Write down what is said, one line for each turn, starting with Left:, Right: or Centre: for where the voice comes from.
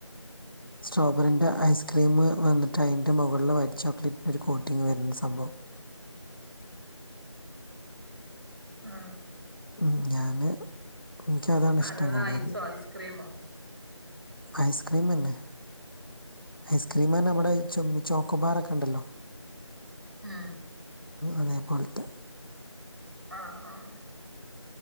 Left: സ്ട്രോബറിന്റെ ഐസ് ക്രീം വന്നിട്ട് അൻ്റെ മുകളിലിൽ വൈറ്റ് ചോക്ലേറ്റിന്റെ ഒരു കോട്ടിംങ് വരുന്ന സംഭവം
Right: ആഹ്
Left: ഉം ഞാന് എനിക്ക് അതാണ്
Right: അതത്
Left: ഇഷ്ടം കൂടുതൽ
Right: ഐസോ ഐസ്ക്രീമോ
Left: ഐസ്ക്രീമന്നെ ഐസ്ക്രീമ് തന്നെ ഐബടെ ചുമ് ചോക്കോബാറൊക്കെ ഉണ്ടല്ലോ
Right: ഉം
Left: അതേ പോലത്തെ
Right: ആഹ് ആഹ്